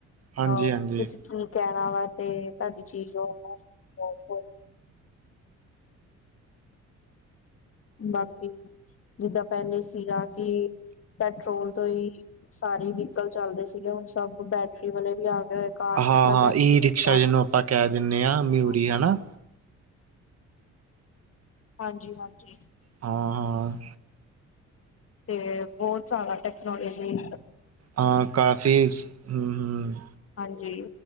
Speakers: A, on the right; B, on the left.
A: ਹਾਂਜੀ
B: ਆਹੋ,
A: ਹਾਂਜੀ
B: ਤੁਸੀਂ ਕੀ ਕਹਿਣਾ ਵਾ ਤੇ ਤੁਹਾਡੀ ਚੀਜ਼ ਉਹ ਪਹੁੰਚ ਬਾਕੀ ਜਿੱਦਾਂ ਪੈਲੇ ਸੀਗਾ ਕਿ ਪੈਟਰੋਲ ਤੋਂ ਹੀ ਸਾਰੇ ਵਹੀਕਲ ਚੱਲਦੇ ਸੀਗੇ, ਹੁਣ ਸਭ ਬੈਟਰੀ ਵਾਲੇ ਵੀ ਆ ਗਏ ਹੋਏ। ਕਾਰ
A: ਹਾਂ,
B: ਤੱਕ
A: ਹਾਂ
B: ਬੈਟਰੀ
A: ਈ
B: ਵਾਲੇ
A: ਰਿਕਸ਼ਾ
B: ਆ
A: ਜਿਹਨੂੰ ਆਪਾਂ ਕਹਿ ਦਿੰਦੇ ਹਾਂ ਮਿਊਰੀ
B: ਗਏ।
A: ਹਨਾਂ।
B: ਹਾਂਜੀ -ਹਾਂਜੀ।
A: ਹਾ- ਹਾ। ਹਾਂ।
B: ਤੇ ਬਹੁਤ ਜ਼ਿਆਦਾ ਟੈਕਨੋਲੋਜੀ
A: ਹਾਂ ਕਾਫੀਸ, ਹੂੰ -ਹੂੰ
B: ਹਾਂਜੀ